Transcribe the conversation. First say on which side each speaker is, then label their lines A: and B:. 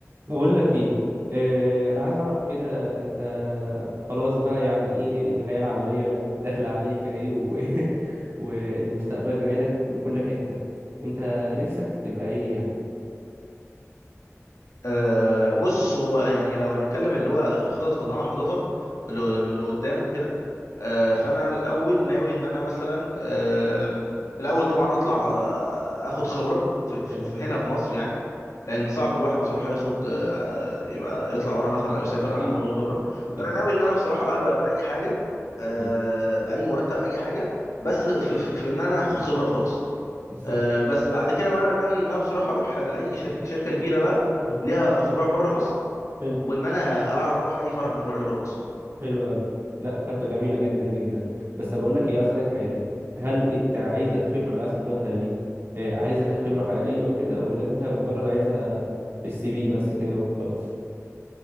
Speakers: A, on the right (about 50°); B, on the left (about 80°).
A: بقول لك ايه آه انا عايز اعرف كده انت خلاص بقى يعني ايه الحياة العملية داخلة عليك اهي و... <laughs> والمستقبل جاي لك من كل حتة انت نفسك تبقى ايه يعني
B: أه بص هو يعني لو هنتكلم اللي هو الخطط اللي انا حاططها ل-
A: اه
B: ل- لقدام وكده أه فانا الاول ناوي ان انا مثلا آم، الاول طبعا اطلع آه، اخد خبره في في-
A: حلو
B: هنا في مصر يعني لان صعب الواحد بصراحه يخرج آه، يبقى يطلع بره مثلا او يسافر
A: ما اكيد
B: او حاجه من غير خبره
A: اكيد
B: فانا
A: طبعا
B: ناوي ان انا بصراحه اقبل باي حاجه آه،
A: مم.
B: باي مرتب اي حاجه بس في, في, في ان انا هاخد خبره وخلاص
A: بالظبط
B: آه، بس بعد كده بقى انا ناوي ان انا بصراحه اروح لاي شركه شركه كبيره بقى
A: مم.
B: ليها فروع بره مصر
A: حلو
B: وان انا اعرف اروح اي فرع من الفروع اللي بره مصر
A: حلو قوي لا خطة جميلة جدا جدا بس بقول لك ايه عايز اسالك حاجة هل انت عايز الخبرة اللي عايز تاخدها دي آه، عايزها خبرة حقيقية وكده ولا انت مجرد عايزها في السي في بس كده وخلاص